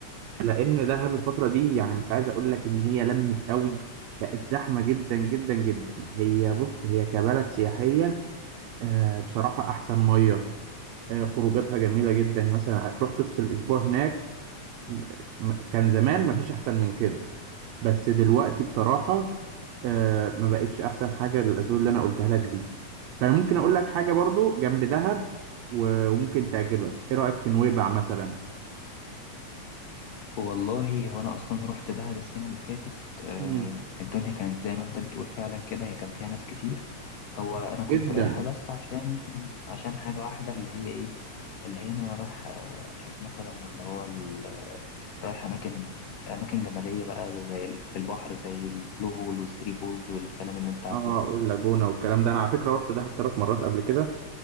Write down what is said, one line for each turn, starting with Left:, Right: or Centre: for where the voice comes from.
Right: لان دهب الفتره دي يعني مش عايز اقول لك ان هي لمت قوي بقت زحمه جدا جدا جدا هي بص هي كبلد سياحيه آه بصراحه احسن ميه آه خروجاتها جميله جدا يعني مثلا هتروح تفصل اسبوع هناك م- م- كان زمان ما فيش احسن من كده بس دلوقتي بصراحه آه، ما بقتش احسن حاجه للاسباب اللي انا قلتها لك دي فانا ممكن اقول لك حاجه برضو جنب دهب و- وممكن تعجبك ايه رايك في نويبع مثلا
Left: والله هو انا اصلا رحت دهب السنه اللي فاتت آه،
Right: مم.
Left: الدنيا كانت زي ما انت بتقول فعلا كده هي كان فيها ناس كتير هو انا كنت
Right: جدا
Left: رايحها بس عشان عشان حاجه واحده اللي هي ايه اللي هي إن انا رايح آه، اشوف مثلا اللي هو ال- رايح اماكن اماكن جبليه بقى ده زي ال- في البحر زي البلو هول والثري بولز والكلام اللي انت عارفه
Right: اه
Left: ده
Right: واللاجونه والكلام ده انا على فكره رحت دهب ثلاث مرات قبل كده